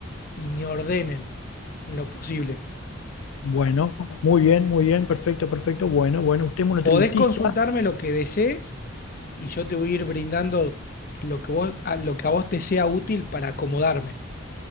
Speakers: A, on the left (about 45°); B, on the left (about 85°).
A: y me ordenen en lo posible.
B: bueno, muy bien, muy bien, perfecto, perfecto, bueno, bueno, usted es monotributista,
A: Podés consultarme lo que desees y yo te voy a ir brindando lo que vos, a, lo que a vos te sea útil para acomodarme.